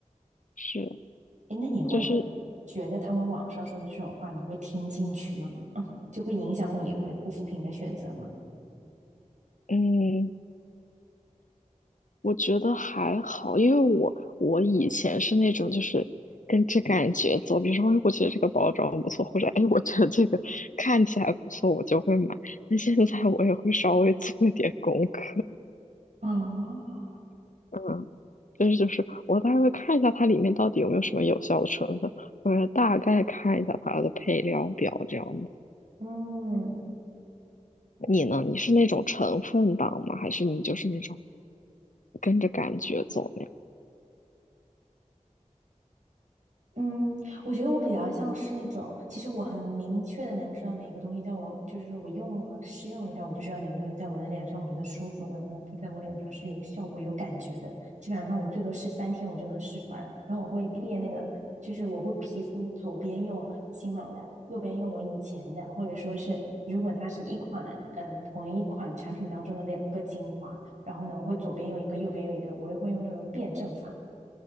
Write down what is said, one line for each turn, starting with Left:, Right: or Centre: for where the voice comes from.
Left: 是，
Right: 诶，那你会
Left: 就是
Right: 觉得他们网上说的这种话，你会听进去吗？<laughs> 就会影响你买护肤品的选择吗？
Left: 嗯，我觉得还好，因为我我以前是那种就是跟着感觉走，比如说，哎，我觉得这个包装不错，或者哎，我觉得这个看起来不错，我就会买。那现在我也会稍微做一点功课，
Right: 啊，
Left: <laughs> 嗯，就是就是我大概会看一下它里面到底有没有什么有效的成分，或者大概看一下它的配料表这样子。
Right: 嗯。
Left: 你呢？你是那种成分党吗？还是你就是那种跟着感觉走？
Right: 嗯，我觉得我比较像是那种，其实我很明确的能知道哪个东西在我，就是说我用了试用一下，我就知道哪个东西在我的脸上我觉得舒服，然后呢，它在我脸上是有效果、有感觉的。基本上我最多试三天，我就能试出来了。然后我会列那个，就是我会皮肤左边用新买的，右边用我以前的，或者说是如果它是一款呃同一款产品当中的两个精华，然后呢，我会左边用一个，右边用一个，我也会用那种辩证法。